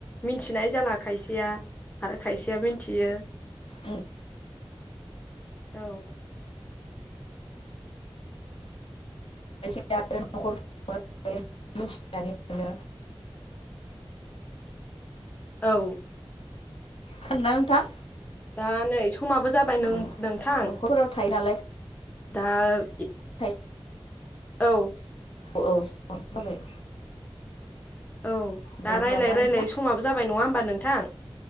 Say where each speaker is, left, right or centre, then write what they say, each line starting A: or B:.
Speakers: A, on the left (about 15°); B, on the left (about 70°).
A: मिथिनाय जाला खायसेया आरो खायसेया मिथियो
B: उम
A: औ
B: एसे आरो नखर <unintelligible> मिथिनानै मोनो
A: औ
B: खोनदा नोंथां?
A: दा नै स समाबो जाबाय नों-नोंथां
B: औ न'खरफोराव थायो नालाय
A: दा इ
B: खायसे
A: औ
B: औ औ सोंहरबानो जाबाय
A: औ दा
B: दे होमबा
A: रायलायै
B: ना
A: रायलायै
B: नोंथां
A: समाबो जाबाय नङा होमबा नोंथां?